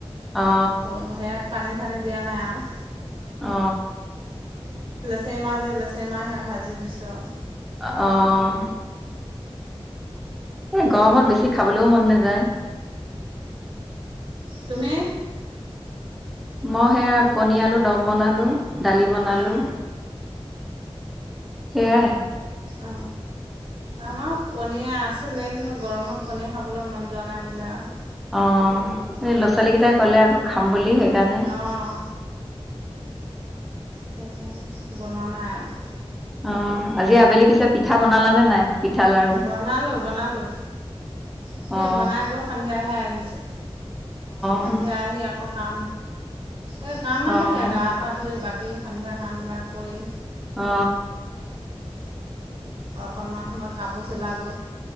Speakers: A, in the centre; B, on the right.
A: অ
B: সেয়াত পানী চানী দিয়া নাই আৰু
A: অ
B: লচেমা যে লচেমাহ সেয়া ভাজি দিছো আৰু
A: অ এ গৰমত বেছি খাবলৈও মন নাযায়
B: তুমি
A: মই সেয়া কণী আলু দম বনালো দালি বনালো
B: অঁ
A: সেইয়াই
B: অ আমাৰ কণীয়ে আছিলে কিন্তু গৰমত কণীয়ে খাবলৈ মন যোৱা নাই বোলে আৰু
A: অ এই
B: সেইকাৰণে
A: ল'ৰা ছোৱালী কেইটাই কলে আকৌ খাম বুলি সেইকাৰণে
B: অঁ সেইকাৰণে বনোৱা নাই আও
A: অ আজি আবেলি পিছে পিঠা বনালানে নাই পিঠা লাৰু
B: বনালোঁ বনালোঁ সেই
A: অ
B: বনাই গৈ সন্ধিয়াহে আহিছোঁ সন্ধিয়া
A: অ
B: আহি আকৌ কাম এ কাম মানে
A: অহ,
B: কি আও গা পা ধুই বাকী সন্ধিয়া কাম বিলাক কৰি
A: অ
B: অকমান সময় কাপোৰ চিলালো